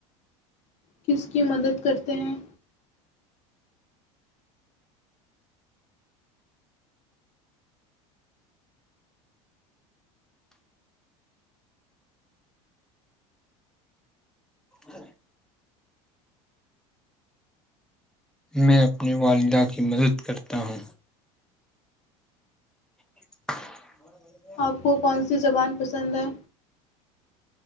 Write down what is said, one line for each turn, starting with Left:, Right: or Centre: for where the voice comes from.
Left: کس کی مدد کرتے ہیں
Centre: جی میں اپنی والدہ کی مدد کرتا ہوں ہاں
Left: آپ کو کون سی زبان پسند ہے